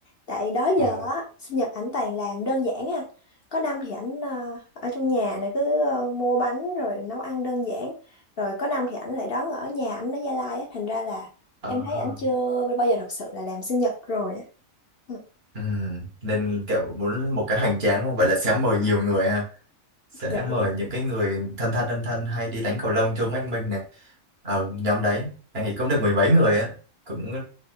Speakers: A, on the left; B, on the right.
A: Tại đó
B: Ồ.
A: giờ á, sinh nhật ảnh toàn làm đơn giản á anh. Có năm thì ảnh ờ, ở trong nhà này cứ ờ, mua bánh rồi nấu ăn đơn giản. Rồi có năm thì ảnh lại đón ở nhà ảnh ở Gia Lai á, thành ra là
B: Ờ.
A: em thấy ảnh chưa bao giờ thật sự là làm sinh nhật rồi á. Ừ,
B: Ừ. Nên kiểu muốn một cái hoành tráng đúng không? Vậy là sẽ mời nhiều người ha. sẽ
A: dạ
B: mời
A: đúng.
B: những cái người thân thân thân thân hay đi đánh cầu lông chung với anh Minh này ở nhóm đấy anh nghĩ cũng được mười mấy người á cũng